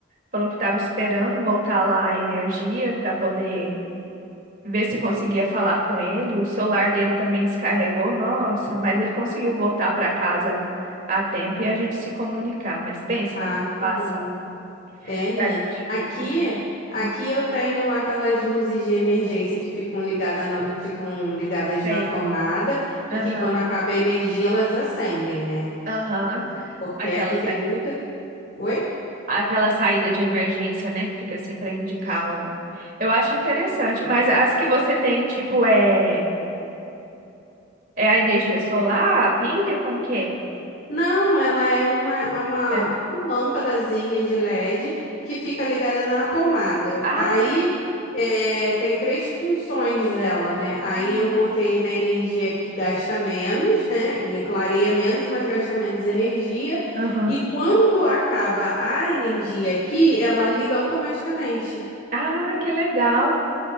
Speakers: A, on the right; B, on the left.
A: falou que estava esperando voltar lá a energia para poder ver se conseguia falar com ele. O celular dele também descarregou, nossa, mas ele conseguiu voltar para casa a tempo e a gente se comunicar. Mas pensa
B: Ah,
A: na preocupação
B: que bom. É, menina.
A: que a gente
B: Aqui,
A: fica.
B: aqui
A: Não
B: eu tenho aquelas luzes de emergência que ficam ligada na- ficam ligadas
A: sei.
B: na tomada e
A: Aham,
B: que quando acaba a energia elas acendem, né?
A: aham.
B: Porque
A: Aquela,
B: aqui tem
A: sai-
B: muita. Oi?
A: aquela saída de emergência, né? Que fica assim para indicar o. Eu acho interessante, mas as que você tem, tipo, é, é a energia solar, a pilha, como que é?
B: Não, ela é uma, é uma,
A: É.
B: uma lâmpadazinha de LED que fica ligada na tomada.
A: Ah,
B: Aí é, tem três funções dela, né? Aí
A: uhum.
B: eu botei na energia que gasta menos, né? E Clareia menos, mas gasta menos energia.
A: Aham.
B: E quando acaba a energia aqui, ela liga automaticamente,
A: Ah, que legal.